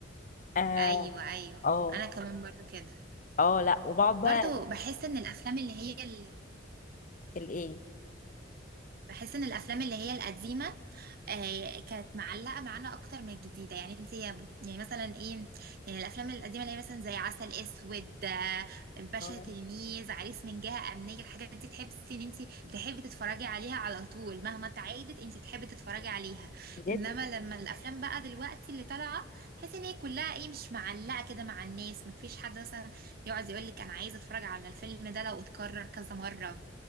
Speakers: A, on the left; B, on the right.
A: اه
B: ايوه ايوه
A: اه
B: انا كمان برضو كده
A: اه لا وبقعد بقى
B: برضو بحس ان الافلام اللي هي ال...
A: الايه
B: بحس ان الافلام اللي هي القديمه آه كانت معلقه معانا اكتر من الجديده يعني انت يا- يعني مثلا ايه يعني الافلام القديمه اللي هي مثلا زي عسل اسود آه، الباشا
A: اه
B: تلميذ عريس من جهه امنيه الحاجات دي تحسي ان انت تحبي تتفرجي عليها على طول مهما تعيدت انت تحبي تتفرجي عليها
A: بجد
B: انما لما الافلام بقى دلوقتي اللي طالعه تحسي ان هي كلها ايه مش معلقه كده مع الناس مفيش حد مثلا يقعد يقول لك انا عايز اتفرج على الفيلم ده لو اتكرر كذا مره